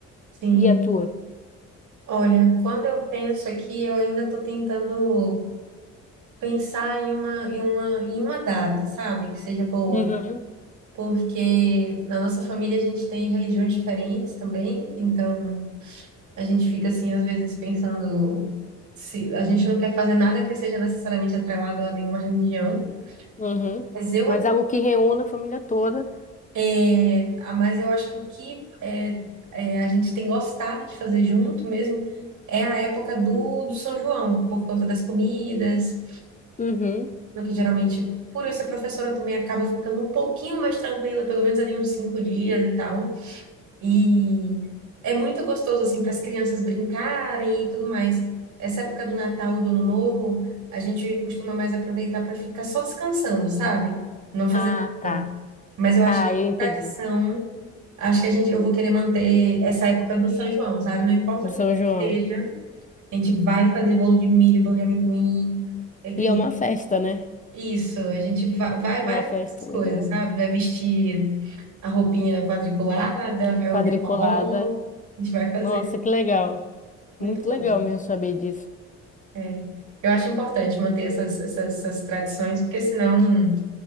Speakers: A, on the right; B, on the left.
A: sim.
B: E a tua?
A: Olha, quando eu penso aqui, eu ainda tô tentando pensar em uma, em uma, em uma data, sabe? Que seja boa.
B: Uhum,
A: Porque na nossa família a gente tem religiões diferentes também, então a gente fica assim, às vezes, pensando se a gente não quer fazer nada que seja necessariamente atrelado a nenhuma religião.
B: Uhum.
A: Mas eu,
B: Mas
A: ac-
B: algo que reúna a família toda.
A: é, ah, mas eu acho que o que é, é, a gente tem gostado de fazer junto mesmo é a época do, do São João, por conta das comidas
B: Uhum.
A: que geralmente, por eu ser professora, eu também acabo ficando um pouquinho mais tranquila, pelo menos ali uns cinco dias e tal. E é muito gostoso, assim, para as crianças brincarem e tudo mais. Essa época do Natal, do Ano Novo, a gente costuma mais aproveitar para ficar só descansando, sabe? Não fazer
B: Ah, tá.
A: nada. Mas eu acho
B: Ah,
A: que
B: eu entendi.
A: tradição, acho que a gente, eu vou querer manter essa época do São João, sabe? Não importa
B: Do
A: onde
B: São
A: a gente
B: João.
A: esteja, a gente vai fazer bolo de milho, bolo de amendoim. É que
B: E é uma festa, né?
A: isso, a gente va- vai,
B: É
A: vai,
B: uma
A: fazer
B: festa
A: essas coisas,
B: legal.
A: sabe? Vai vestir a roupinha quadriculada, vai
B: Quadriculada.
A: ouvir forró, a gente vai fazer.
B: Nossa, que legal.
A: Muito
B: Muito
A: bom.
B: legal mesmo saber disso.
A: É. Eu acho importante manter essas, essas, essas tradições, porque senão